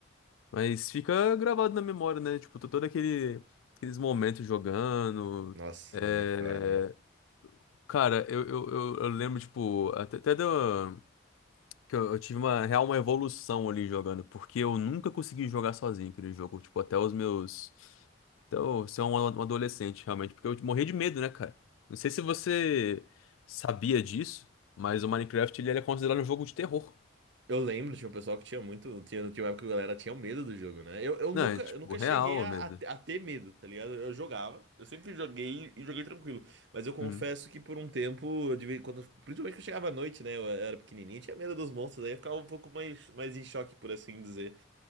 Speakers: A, on the left (about 85°); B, on the right (about 65°).
A: mas fica gravado na memória, né? Tipo, todo aquele, aqueles momentos jogando.
B: Nossa,
A: é,
B: nem fale.
A: Cara, eu, eu, eu, eu lembro, tipo, até, até do- que eu, eu tive uma real uma evolução ali jogando, porque eu nunca consegui jogar sozinho aquele jogo. Tipo, até os meus. Então, você é um um adolescente, realmente, porque eu morri de medo, né, cara? Não sei se você sabia disso, mas o Minecraft ele era considerado um jogo de terror.
B: Eu lembro, tinha um pessoal que tinha muito. Tinha, tinha uma época que a galera tinha medo do jogo, né? Eu, eu nunca,
A: Não, é tipo,
B: eu nunca
A: real,
B: cheguei a,
A: medo.
B: a, a ter medo, tá ligado? Eu jogava, eu sempre joguei e joguei tranquilo. Mas eu confesso
A: Uhum.
B: que por um tempo, eu devia- quando, principalmente quando chegava à noite, né? Eu era pequenininho, tinha medo dos monstros, aí eu ficava um pouco mais, mais em choque, por assim dizer.